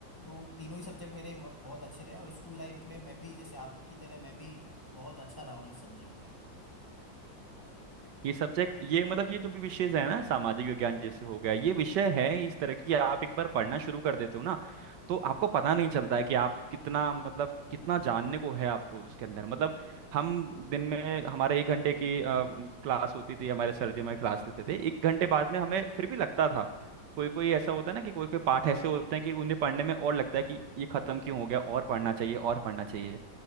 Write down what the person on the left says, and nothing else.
तो तीनों ही सब्जेक्ट मेरे बहुत बहुत अच्छे रहे और स्कूल लाइफ में मैं भी जैसे आपकी तरह मैं भी बहुत अच्छा रहा हूँ इस सब्जेक्ट में